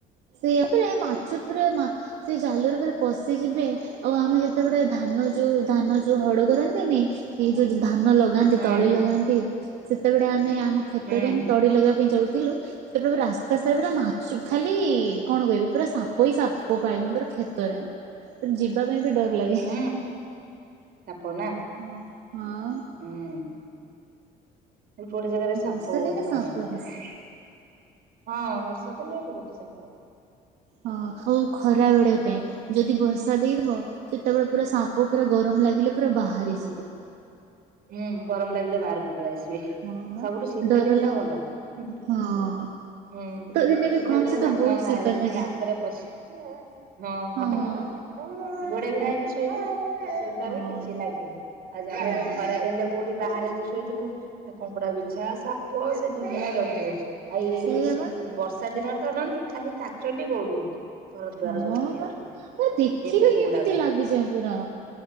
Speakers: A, on the right (about 85°); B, on the right (about 65°).
A: <unintelligible> ସେ ଜାଲରେ ପୁରା ପଶିଯିବେ ଆଉ ଆମେ ଯେତେବେଳେ ଧାନ ଯେଉଁ ଧାନ ଯୋଉ ହଡ଼ କରନ୍ତିନି ଏ ଯୋଉ ଧାନ ଲଗାନ୍ତି।
B: ହୁଁ
A: ତଳି ଲଗାନ୍ତି ସେତେବେଳେ ଆମେ ଆମ କ୍ଷେତରେ
B: ହୁଁ
A: ଆମେ ତଡି ଲଗେଇବା ପାଇଁ ଯାଉଥିଲୁ। ସେତେବେଳେ ରାସ୍ତା ସାରା ମାଛ ଖାଲି। କଣ କହିବି ପୁରା ସାପ ହିଁ ସାପ ପାଏ। ପୁରା କ୍ଷେତରେ ପୁର ଯିବା ପାଇଁ ବି ଡର ଲାଗେ।
B: ହୁଁ ସାପ ନା।
A: ହଁ- ହଁ।
B: ଉଁ ଗୋଟେ -ଗୋଟେ ଜାଗାରେ ସାପ
A: ବର୍ଷା
B: ବହୁତ
A: ଦିନେ
B: ବାହାରନ୍ତି।
A: ସାପ ବେଶୀ ହଁ।
B: ହଁ ବର୍ଷା ଦିନେ ବହୁତ ସାପ।
A: ହଁ ହଉ ଖରା ବେଳ ପାଇଁ
B: କଣ କରିବ
A: ଯଦି ବର୍ଷା ଦେଇଦବ ସେତେବେଳେ ପୁରା ସାପ ପୁରା ଗରମ ଲାଗିଲେ ପୁରା ବାହାରିଆସିବ।
B: ହୁଁ ଗରମ ଲାଗିଲା ବାହାରକୁ ପଳେଇ ଆସିବେ
A: ହଁ ବା
B: ସବୁଠୁ ଶୀତ
A: ଡର
B: ଦିନ
A: ଲାଗେ
B: ଟା ଭଲ। ହୁଁ
A: ହଁ
B: ଶୀତ
A: ଦିନେ ବି କମ୍
B: ଦିନରେ
A: ଶୀତ
B: ସାପ
A: ବହୁତ
B: ମାନେ
A: ଶୀତ
B: ବାହାରିବେନି
A: ଲାଗେ।
B: ସେ ଗାତରେ ପଶି ହୁଁ
A: ହଁ
B: <inaudible> ଘୋଡେଇ ଘୋଡା
A: ସେ
B: ହେଇକି ଶୋଇବ। ଶୀତରେ
A: ହଁ
B: କିଛି ଲାଗିବନି। ଆଉ ଯାଇକି
A: ହଁ
B: ଖରାଦିନେ କୋଉଠି ବାହାରେ ତୁ ଶୋଇଥିବୁ କଙ୍କଡା ବିଛା, ସାପ, ସେ ଦୁନିଆ ବାହାରିବେ ଆଉ ଇଏ
A: ସେଇଆ
B: ସି
A: ବା
B: ବର୍ଷା ଦିନରେ ତ ଅନାନି ଖାଲି କାଚଣ୍ଡି ଗଉଡ଼ୁଣୀ। ଘର ଦୁଆର
A: ହଁ
B: ସବୁ
A: ହଁ
B: ଚଢି ଯାଉଛନ୍ତି।
A: ବା ପୁରା ଦେଖିଲେ
B: ସେଇ ପୋକ
A: କେମିତି
B: ଗୁଡାକ।
A: ଲାଗିଯାଏ ପୁରା